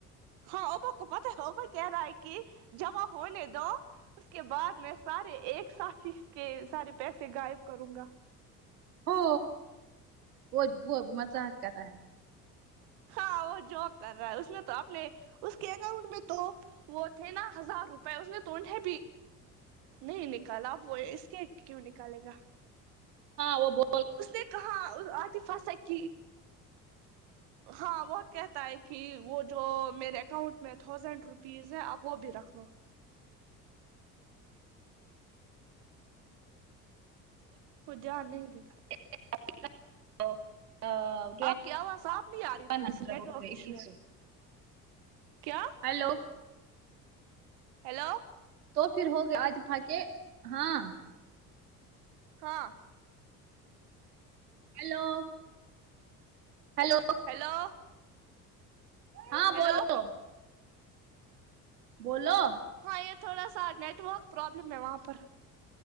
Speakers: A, on the right (about 55°); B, on the right (about 75°).
A: ہاں ا پوکو پتا ہے اپو کہہ رہا ہے کہ جمع ہونے دو اس کے بعد میں سارے ایک ساتھ اس کے سارے پیسے غائب کروں گا
B: ہو وہ وہ مزاق کر رہا ہے
A: ہاں وہ جوک کر رہا ہے اس میں تو اپنے اس کے اکاؤنٹ میں تو وہ تھے نا ہزار روپئے اس میں تو انھیں بھی نہیں نکالا آپ وہ اس کے کیوں نکالے گا
B: ہاں وہ بو
A: اس نے کہا عاتفا سے کی ہاں وہ کہتا ہے کہ وہ جو میرے اکاؤنٹ میں تھاؤزینڈ روپیز ہے آپ وہ بھی رکھ لو وہ جاد نہیں دیتا
B: <inaudible>
A: آپ کی آواز صاف نہیں آ رہی
B: ون
A: تھوڑی
B: ہنڈریڈ
A: سی نیٹورک
B: ہو گئے
A: ایشو
B: اکیس
A: ہے
B: سو
A: کیا
B: ہیلو
A: ہیلو
B: تو پھر ہوگیا آج پھا کے ہاں
A: ہاں
B: ہیلو ہیلو
A: ہیلو
B: ہاں
A: ہیلو
B: بولو بولو
A: ہاں یہ تھوڑا سا نیٹ ورک پروابلم ہے وہاں پر